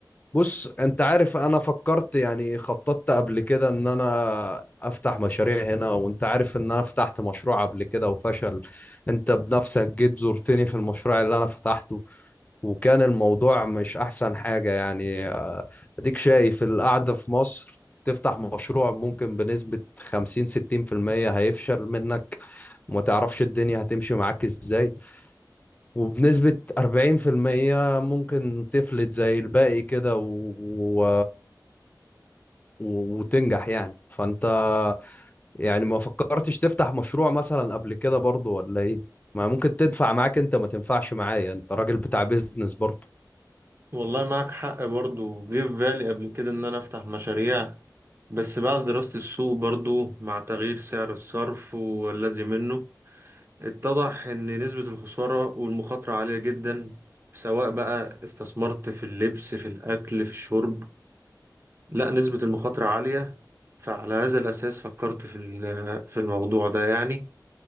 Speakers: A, on the left; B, on the right.
A: بص انت عارف انا فكرت يعني خططت قبل كده ان انا افتح مشاريع هنا وانت عارف ان انا فتحت مشروع قبل كده وفشل انت بنفسك جيت زرتني في المشروع اللي انا فتحته وكان الموضوع مش احسن حاجة يعني آه، اديك شايف القعدة في مصر تفتح مشروع ممكن بنسبة 50 60% هيفشل منك وما تعرفش الدنيا هتمشي معاك ازاي وبنسبة 40% ممكن تفلت زي الباقي كده و... و... وتنجح يعني فأنت يعني ما فكرتش تفتح مشروع مثلا قبل كده برضو ولا ايه ما ممكن تنفع معاك انت ما تنفعش معايا انت راجل بتاع بيزنس برضو
B: والله معك حق برضو جه في بالي قبل كده إن أنا أفتح مشاريع بس بعد دراسة السوق برضو مع تغيير سعر الصرف والذي منه اتضح إن نسبة الخسارة والمخاطرة عالية جدا سواء بقى استثمرت في اللبس في الأكل في الشرب لا نسبة المخاطرة عالية فعلى هذا الأساس فكرت في ال- في الموضوع ده يعني